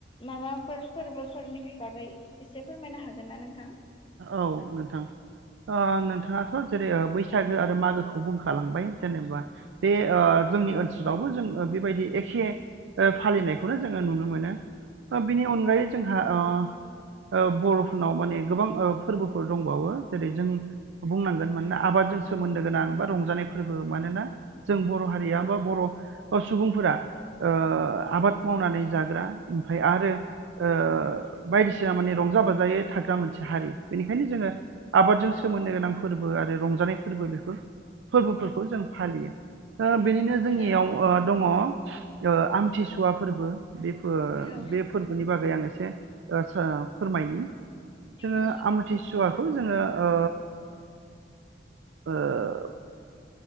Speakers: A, on the left (about 25°); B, on the right (about 80°).
A: माबाफोर फोरबोफोरनि बागै एसे फोरमायनो हागोन ना नोंथां?
B: औ नोंथां ओ नोंथाङाथ' जेरै बैसागो आरो मागोखौ बुंखालांबाय जेनेबा बे ओ जोंनि ओनसोलावबो जों बेबायदि एखे फालिनायखौनो जोङो नुनो मोनो। ओ बिनि अनगायै
A: औ
B: जोंहा ओ ओ बर'फोरनाव माने गोबां ओ फोरबोफोर दंबावो जेरै जों बुंनांगोन मानोना आबादजों सोमोन्दो गोनां बा रंजानाय फोरबो मानोना जों बर' हारिया बा बर' सुबुंफोरा ओ आबाद माव आबाद मावनानै जाग्रा ओमफ्राय आरो ओ बायदिसिना माने रंजा बाजायै थाग्रा जा मोनसे हारि बेनिखायनो जोङो आबादजों सोमोन्दो गोनां फोरबो आरो रंजानाय फोरबो बेफोर फोरबोफोरखौ जों फालियो ओ बेनिनो जोंनियाव
A: औ
B: अ दङ ओ आमथिसुवा फोर्बो। बेफोर
A: औ
B: बे फोरबोनि बागै आं एसे ओ फोरमायनि जोङो
A: औ
B: आमुथि सुवाखौ जोङो ओ ओ ओ